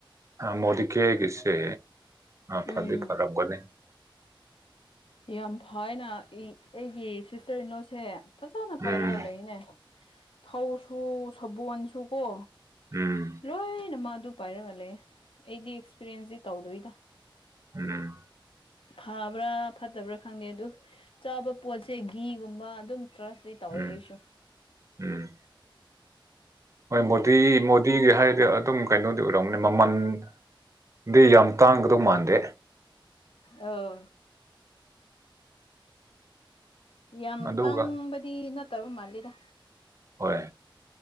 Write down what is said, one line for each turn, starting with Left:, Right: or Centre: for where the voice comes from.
Right: ꯃꯣꯗꯤꯀꯦꯒꯤꯁꯦ ꯐꯗꯤ
Left: ꯎꯝ
Right: ꯐꯔꯝꯒꯅꯤ
Left: ꯌꯥꯝ ꯐꯥꯏꯅ ꯑꯩꯒꯤ ꯁꯤꯁꯇꯔ ꯏꯟꯅꯣꯁꯦ ꯐꯖꯅ
Right: ꯎꯝ
Left: ꯄꯥꯏꯔꯒ ꯂꯩꯅꯦ ꯊꯧꯁꯨ ꯁꯕꯣꯟꯁꯨ ꯀꯣ
Right: ꯎꯝ
Left: ꯂꯣꯏꯅ ꯃꯥ ꯑꯗꯨ ꯄꯥꯏꯔꯒ ꯂꯩ ꯑꯩꯗꯤ ꯑꯦꯛꯁꯄꯤꯔꯦꯟꯁꯇ ꯇꯧꯗꯣꯏꯗ
Right: ꯎꯝ
Left: ꯐꯥꯕ꯭ꯔꯥ ꯐꯠꯇꯕ꯭ꯔꯥ ꯈꯪꯗꯦ ꯑꯗꯨ ꯆꯥꯕ ꯄꯣꯠꯁꯦ ꯘꯤꯒꯨꯝꯕ ꯑꯗꯨꯝ ꯇ꯭ꯔꯁ ꯇ ꯑꯣꯏ
Right: ꯎꯝ
Left: ꯑꯩꯁꯨ
Right: ꯎꯝ ꯍꯣꯏ ꯃꯣꯗꯤ ꯃꫭ ꯀꯤꯒꯦ ꯍꯥꯏꯗꯤ ꯑꯗꯨꯝ ꯀꯩꯅꯣꯗꯤ ꯑꯣꯏꯔꯝꯒꯅꯤ ꯃꯃꯟꯗꯤ ꯌꯥꯝ ꯇꯥꯡꯒꯗꯧ ꯃꯥꯟꯗꯦ
Left: ꯑꯣ ꯌꯥꯝ
Right: ꯑꯗꯨꯒ
Left: ꯇꯥꯡꯕꯗꯤ ꯅꯠꯇꯕ ꯃꯥꯜꯂꯤꯗ
Right: ꯍꯣꯏ